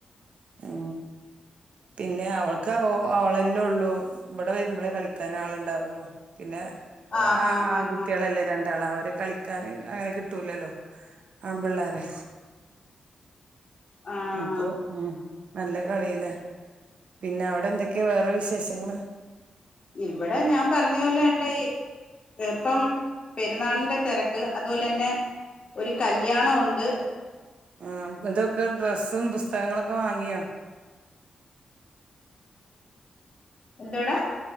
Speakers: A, on the right; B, on the left.
A: ഉ പിന്നെ അവൾക്ക് അവളന്നെ ഉള്ളു ഇവിടെ വരുമ്പോളേ കളിക്കാൻ ആളുണ്ടാവുള്ളൂ പിന്നെ
B: ആഹ്
A: ആ
B: ആഹ് ആഹ്
A: ആ
B: ആഹ്
A: കുട്ടികളെല്ലാം
B: ആഹ്
A: രണ്ടാൾ അവര കളിക്കാന് അങ്ങനെ കിട്ടൂലല്ലോ ആൺപിള്ളേരെ
B: ആഹ
A: ഉം നല്ല കളില്ല പിന്നെ അവിടെ എന്തൊക്കെയാ വേറെ വിശേഷങ്ങള്
B: ഇവിടെ ഞാൻ പറഞ്ഞ പോലെ എണ്ട് ഈ ഇപ്പം പെരുന്നാളിന്റെ തിരക്ക് അതുപോലെ തന്നെ ഒരു കല്യാണം ഉണ്ട്
A: ആ അപ്പോതോക് ഡ്രസ്സും പുസ്തകങ്ങളൊക്കെ വാങ്ങിയോ
B: എന്താടാ